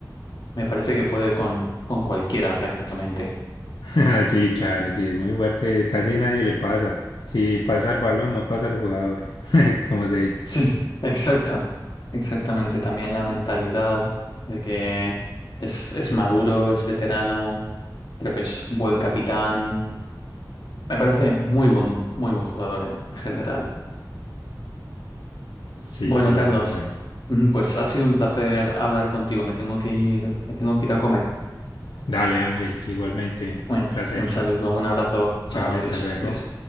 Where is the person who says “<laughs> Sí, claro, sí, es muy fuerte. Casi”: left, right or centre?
Left